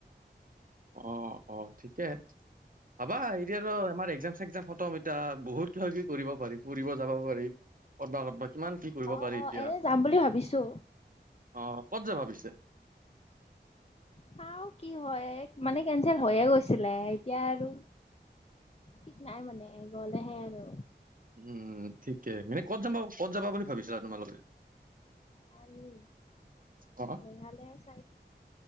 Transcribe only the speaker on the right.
অ! অ! ঠিকে। ভাবা, এতিয়া ত' আমাৰ একজাম চেকজাম খতম এতিয়া, বহুত কিবা কিবি কৰিব পাৰি। ফুৰিব যাব পাৰি। কতবা কতবা কিমান কি কৰিব
পাৰি
এতিয়া
অ কত যাবা পিছে?
উম ঠিকে মানে ক'ত যামবা ক'ত যাবা বুলি ভাবিছিলা তোমালোকে।
অ